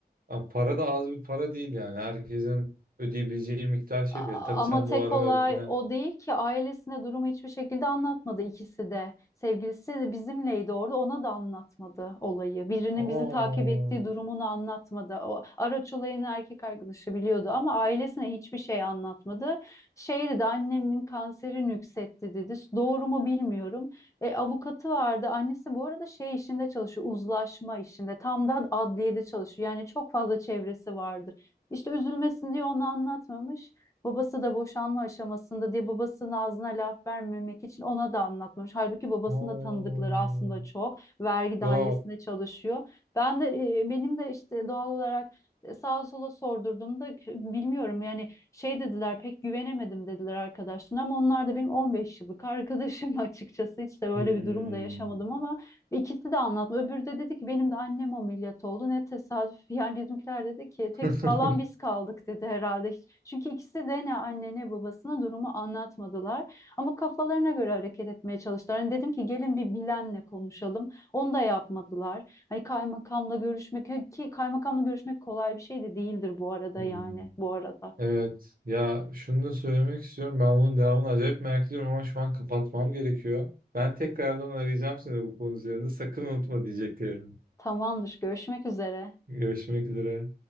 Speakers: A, on the right (about 60°); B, on the left (about 20°).
A: Abi para da az bir para değil yani. Herkesin ödeyebileceği miktar şey
B: A-
A: belli. Tabii
B: Ama
A: sen
B: tek
A: bu arabaya
B: olay
A: binen.
B: o değil ki ailesine durumu hiçbir şekilde anlatmadı ikisi de. Sevgilisi de bizimleydi orada ona da anlatmadı olayı. Birinin
A: Aa,
B: bizi takip ettiği durumunu anlatmadı. O araç olayını erkek arkadaşı biliyordu ama ailesine hiçbir şey anlatmadı. Şey dedi annemin kanseri nüksetti dedi. Doğru mu bilmiyorum. E, avukatı vardı. Annesi bu arada şey işinde çalışıyor uzlaşma işinde. Tam da adliyede çalışıyor. Yani çok fazla çevresi vardır. İşte üzülmesin diye onu anlatmamış. Babası da boşanma aşamasında diye babasının ağzına laf vermemek için ona da anlatmamış. Halbuki babasının
A: aa,
B: da tanıdıkları aslında çok. Vergi
A: ya.
B: dairesinde çalışıyor. Ben de e, benim de işte doğal olarak e, sağa sola sordurduğumda k- bilmiyorum yani şey dediler pek güvenemedim dediler arkadaşlarına ama onlar da benim 15 yıllık arkadaşım <laughs> açıkçası hiç de böyle
A: Hmm.
B: bir durum da yaşamadım ama İkisi de anlatma. Öbürü de dedi ki benim de annem ameliyat oldu. Ne tesadüf. <laughs> Yani bizimkiler dedi ki
A: <laughs>
B: tek sağlam biz kaldık dedi herhalde. Hiç- Çünkü ikisi de ne anne ne babasına durumu anlatmadılar. Ama kafalarına göre hareket etmeye çalıştılar. Hani dedim ki gelin bir bilenle konuşalım. Onu da yapmadılar. Hani kaymakamla görüşmek hani ki kaymakamla görüşmek kolay bir şey de değildir bu arada
A: Hmm.
B: yani bu arada.
A: Evet. Ya şunu da söylemek istiyorum. Ben bunun devamını acayip merak ediyorum ama şu an kapatmam gerekiyor. Ben tekrardan arayacağım seni bu konu üzerinde. Sakın unutma diyeceklerini.
B: Tamamdır. Görüşmek üzere.
A: Görüşmek üzere.